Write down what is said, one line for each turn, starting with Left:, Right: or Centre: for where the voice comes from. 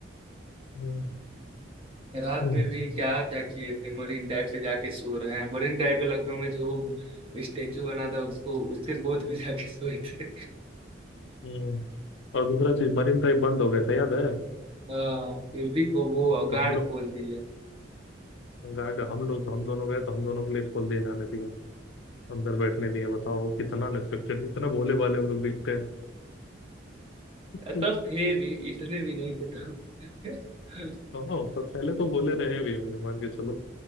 Left: हम्म
Right: रात
Left: हम्म,
Right: में भी क्या क्या किए थे मरीन ड्राइव पे जाके सो रहे हैं मरीन ड्राइव पे लखनऊ में जो वो स्टेचू बना था उसको उसके गोद में जाके सोए थे
Left: हम्म। और दूसरा चीज मरीन ड्राइव बंद हो गया था याद है
Right: हाँ फिर भी को वो गार्ड
Left: तो हम लोग
Right: खोल दिया
Left: गार्ड हम लोग हम दोनों गए तो हम दोनों के लिए खोल दिए जाने दिया अंदर बैठने दिया बताओ कितना अनएक्सपेक्टेड इतना भोले भाले हम लोग दिखते हैं
Right: तब थे भी इतने भी नहीं थे तब <laughs>
Left: हाँ पर पहले तो भोले रहे भी होंगे मान के चलो